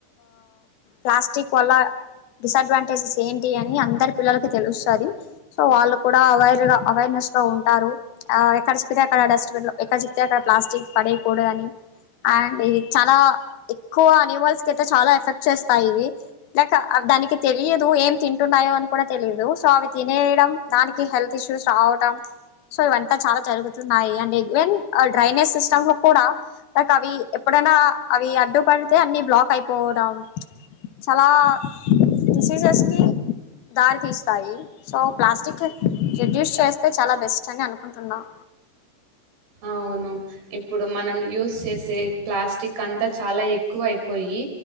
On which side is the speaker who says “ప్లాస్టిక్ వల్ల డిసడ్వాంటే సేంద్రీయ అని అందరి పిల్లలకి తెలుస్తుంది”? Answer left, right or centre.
Left